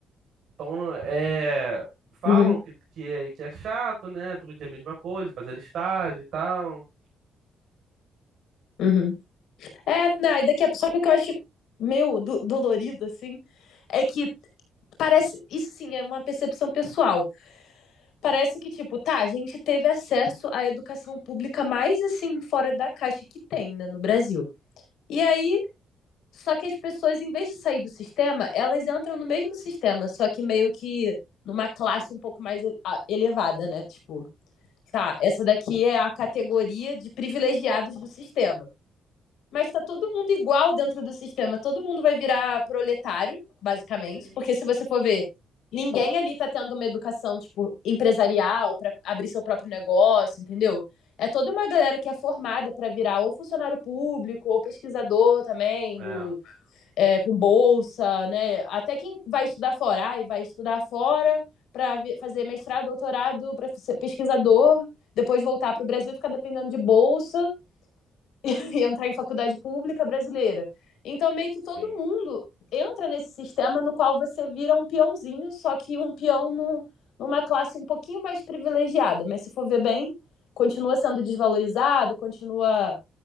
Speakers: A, on the right; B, on the left.
A: tão, é, falam
B: Uhum.
A: que, que, é, que é chato, né? Todo dia a mesma coisa, fazer estágio e tal.
B: Uhum. É, né? E daqui a... Só que o que eu acho meio do- dolorido, assim, é que parece. Isso sim é uma percepção pessoal. Parece que, tipo, tá, a gente teve acesso à educação pública mais assim, fora da caixa que tem, né, no Brasil. E aí, só que as pessoas, em vez de sair do sistema, elas entram no mesmo sistema, só que meio que numa classe um pouco mais ah, elevada, né? Tipo, tá, essa daqui é a categoria de privilegiados do sistema. Mas tá todo mundo igual dentro do sistema. Todo mundo vai virar proletário, basicamente.
A: Sim,
B: Porque se você for ver, ninguém ali tá tendo uma educação, tipo, empresarial para abrir seu próprio negócio, entendeu? É toda uma galera que é formada para virar ou funcionário público, ou pesquisador também,
A: é,
B: do, é, com bolsa, né? Até quem vai estudar fora, ai, vai estudar fora para fazer mestrado, doutorado, para ser pesquisador, depois voltar para o Brasil e ficar dependendo de bolsa e entrar em faculdade pública brasileira. Então, meio que
A: sim.
B: todo mundo entra nesse sistema no qual você vira um peãozinho, só que um peão no, numa classe um pouquinho mais privilegiada. Mas se for ver bem, continua sendo desvalorizado, continua